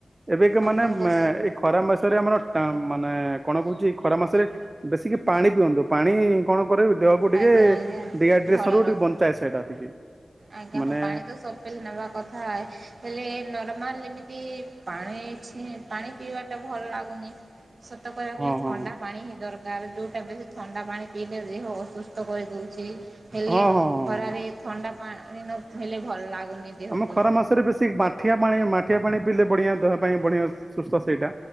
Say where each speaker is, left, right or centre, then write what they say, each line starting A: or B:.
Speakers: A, on the right; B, on the right.
A: ଏବେ କି ମାନେ
B: ଆପଣଙ୍କ
A: ଏଇ ଖରା ମାସରେ ଆମର ମାନେ କଣ କହୁଛି ଖରା ମାସରେ ବେଶିକି ପାଣି ପିଅନ୍ତୁ ପାଣି କଣ? କରେ ଦେହକୁ ଟିକେ
B: ଆଜ୍ଞା ଆଜ୍ଞା
A: ଡିହାଇଡ୍ରେସନରୁ
B: ଫଳ ରଖୁ
A: ଟିକେ ବଞ୍ଚାଏ ସେଇଟା ଟିକେ
B: ଆଜ୍ଞା
A: ମାନେ
B: ହଁ ପାଣି ତ ସବ ନେବା କଥା ହେଲେ ନର୍ ମାରିଲେମିତି ପାଣିଛି ପାଣି ପିଇବା ଟା ଭଲ ଲାଗୁନି ସତ କହିବାକୁ
A: ହଁ
B: ଗଲେ ଥଣ୍ଡା
A: ହଁ ହଁ
B: ପାଣି ହିଁ ଦରକାର ତାର ଯେଉଟା ବେଶୀ ଥଣ୍ଡା ପାଣି ପିଇଲେ ବିି ହଉ ସୁସ୍ଥ କରି ଉଛି ହେଲେ
A: ହଁ ହଁ ହଁ।
B: ଖରାରେ ଥଣ୍ଡା ପାଣି ନ ହେଲେ ଭଲ ଲାଗୁନି ଦେହକୁ
A: ଆମ ଖରା ମାସରେ ବେଶୀ ମାଠିଆ ପାଣି ମାଠିଆ ପାଣି ପିଇଲେ ବଢିଆଁ ଦେହ ପାଇଁ ବଢିଆଁ ସୁସ୍ଥ ସେଇଟା